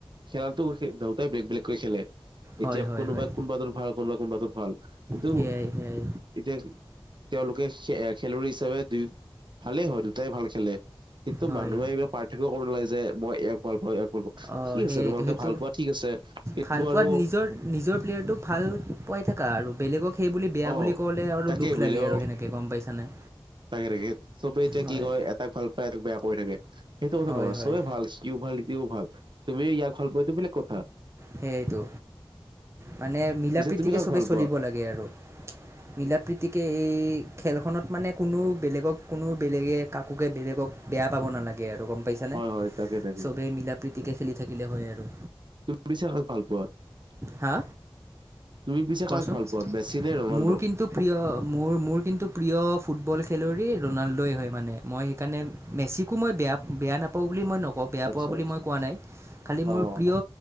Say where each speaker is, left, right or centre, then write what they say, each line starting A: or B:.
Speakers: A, on the right (about 55°); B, on the right (about 30°).
A: খেলাটো দুয়োতাই বেলেগ বেলেগকৈ খেলে এতিয়া
B: হয় হয়
A: কোনোবাই
B: হয়
A: কোনোবাটোত ভাল কোনোবাই কোনোবাটোত ভাল কিন্তু
B: সেয়াই সেয়াই
A: এতিয়া তেওঁলোকে খেলুৱৈ হিচাপে দুই ভালেই হয় দুটা ভাল খেলে কিন্তু
B: হয়
A: মানুহে পাৰ্থক্য কৰিব নালাগে যে মই এক ভাল পাওঁ ভাল পাওঁ।
B: অ
A: ঠিক
B: সেই
A: আছে তোমালোকে
B: সেইটো
A: ভাল পোৱা ঠিক আছে কিন্তু
B: ভাল পোৱাত
A: আৰু
B: নিজৰ নিজৰ প্লেযাৰটোক ভাল পাই কাৰো বেলেগক সেই বুলি বেয়া
A: অ
B: বুলি ক'লে আৰু
A: তাকে
B: দুখ
A: বেলেগক
B: লাগে আৰু সেনেকৈ গম পাইছানে
A: তাকে তাকে চবেই এতিয়া
B: হয়
A: কি কয় এটাক ভাল পায় এক বেয়া কৰি থাকে সেইটো কথা
B: হয়
A: নহয়
B: হয়
A: চবেই ভাল ইতিও ভাল ইতিও ভাল তুমি ইয়াক ভাল পোৱা সেইটো বেলেগ কথা
B: সেইটো মানে মিলা
A: পিছে
B: প্ৰীতিকে
A: তুমি কাক
B: সবেই
A: ভাল
B: চলিব
A: পোৱা
B: লাগে আৰু মিলা প্ৰীতিকে এই খেলখনত মানে কোনো বেলেগক কোনো বেলেগে কাকোকে বেলেগক বেয়া পাব নালাগে আৰু গম পাইছা
A: হয়
B: নে
A: হয় তাকে তাকে
B: চবেই মিলা প্ৰীতিকে খেলি থাকিলে হয় আৰু
A: তুমি <unintelligible>
B: হা
A: তুমি পিছে
B: কোৱাচোন
A: কাক ভাল পোৱা মেচি নে ৰনাল্ডো?
B: মোৰ কিন্তু প্ৰিয় মোৰ মোৰ কিন্তু প্ৰিয় ফুটবল খেলুৱৈ ৰনাল্ডই হয় মানে মই সেইকাৰণে মেছিকো মই বেয়া বেয়া নাপাওঁ বুলি মই নকওঁ বেয়া
A: আচ্ছা
B: পোৱা বুলি
A: আচ্ছা
B: মই কোৱা নাই খালী
A: অ
B: মোৰ
A: অ।
B: প্ৰিয়